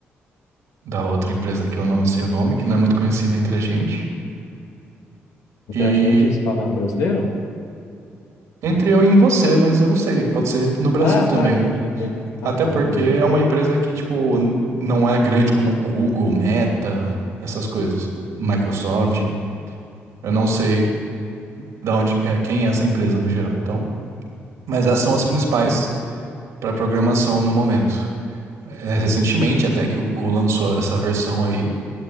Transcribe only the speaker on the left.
Entre
a gente, se fala brasileiro?
Ah,
tá, entendi, entendi. Ah,
tá,
entendi,
entendi.